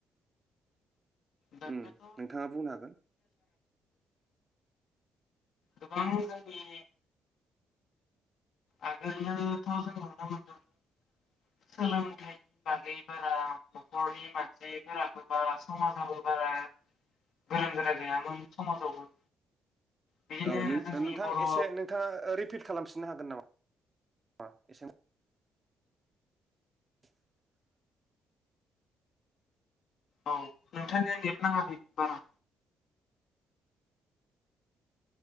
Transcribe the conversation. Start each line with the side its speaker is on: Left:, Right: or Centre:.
Left: दानियाथ'
Right: उम नोंथाङा बुंनो हागोन
Left: गो बां जोंनि आगोलनोथ' जों नुनो मोनदोंमोन सोलोंथाइनि बागै बारा न'खरनि मानसिफोराबो बारा समाजाबो बारा गोरों गोरा गैयामोन समाजावबो बिदिनो
Right: औ नों
Left: जोंनि
Right: नोंथां
Left: बर'
Right: एसे नोंथाङा रिपिट खालामफिननो हागोन नामा। अ एसे <unintelligible>
Left: औ नोंथांनिया नेट नाङाखै बारा।